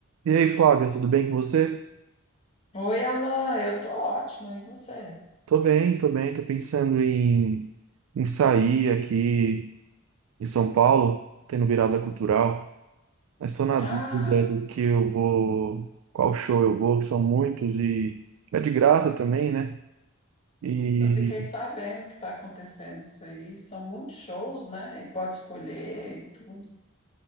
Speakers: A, on the right; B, on the left.
A: E aí, Flávia, tudo bem com você?
B: Oi, Alan, eu tô ótima, e você?
A: Tô bem, tô bem, tô pensando em, em sair aqui em São Paulo, tendo virada cultural, mas tô na
B: Ah,
A: dúvida do que eu vou, qual show eu vou, que são muitos e é de graça também, né? E
B: eu fiquei sabendo que está acontecendo isso aí. São muitos shows, né? E pode escolher e tudo.